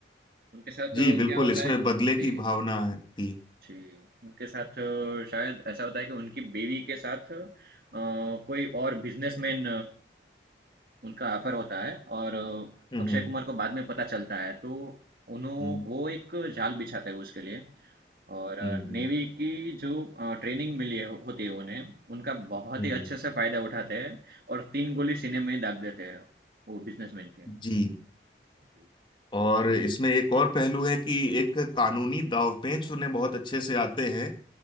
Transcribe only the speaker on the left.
जी बिल्कुल
इसमें
बदले
की भावना है- थी
हम्म
हम्म
हम्म
हम्म,
हम्म,
जी
और इसमें एक और पहलू है कि एक कानूनी दांवपेच उन्हें बहुत अच्छे से आते हैं